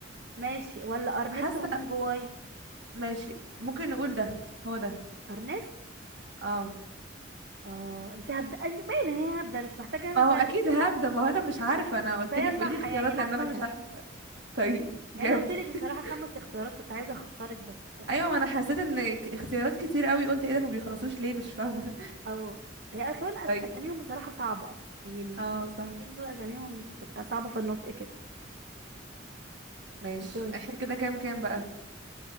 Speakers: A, on the right; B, on the right.
A: ماشي ولا أرنست
B: حاسه
A: هومنجواي
B: ماشي ممكن نقول ده هو ده
A: أرنست
B: اه
A: اه انت هبدا انت باين ان هي هبدا مش محتاجه ان انا
B: ما
A: اسالك
B: هو اكيد
A: يعني
B: هاب ده ما هو انا مش عارفه انا
A: بس
B: قلت
A: هي
B: لك
A: صح
B: قولي لي اختيارات
A: يعني
B: لان
A: عامه
B: انا مش عارفه طيب جامد
A: يعني انا قلت
B: <laughs>
A: لك الصراحه خمس اختيارات كنت عايزه اخسرك بس
B: ايوه ما انا حسيت ان ك- اختيارات كتير قوي قلت ايه ده ما بيخلصوش ليه مش فاهمه
A: او هي كمان أس...
B: <laughs> طيب
A: اساميهم بصراحه صعبه يعني المؤلفين
B: اه صح
A: دول اساميهم تبقى صعبه في النطق كده
B: ماشي
A: دورك
B: احنا كده كام كام بقى